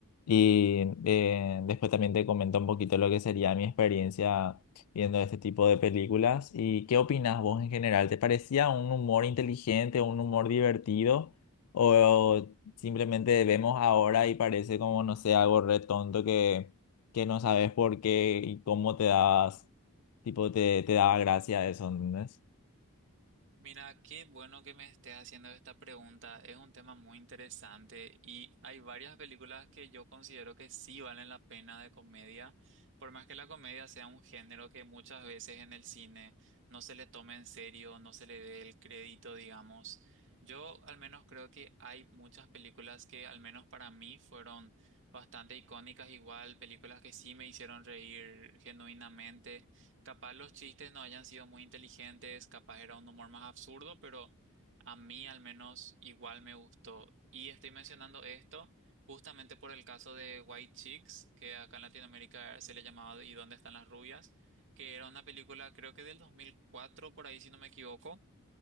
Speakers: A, on the left (about 80°); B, on the right (about 60°).
A: Y eh, después también te comento un poquito lo que sería mi experiencia viendo este tipo de películas. ¿Y qué opinas vos en general? ¿Te parecía un humor inteligente, un humor divertido? ¿O simplemente vemos ahora y parece como, no sé, algo re tonto que, que no sabes por qué y cómo te das, tipo, te, te daba gracia eso, ¿entendés?
B: Mira, qué bueno que me estés haciendo esta pregunta. Es un tema muy interesante y hay varias películas que yo considero que sí valen la pena de comedia, por más que la comedia sea un género que muchas veces en el cine no se le tome en serio, no se le dé el crédito, digamos. Yo al menos creo que hay muchas películas que al menos para mí fueron bastante icónicas, igual películas que sí me hicieron reír genuinamente. Capaz los chistes no hayan sido muy inteligentes, capaz era un humor más absurdo, pero a mí al menos igual me gustó. Y estoy mencionando esto justamente por el caso de White Chicks, que acá en Latinoamérica se le llamaba ¿Y dónde están las rubias? que era una película creo que del 2004 por ahí si no me equivoco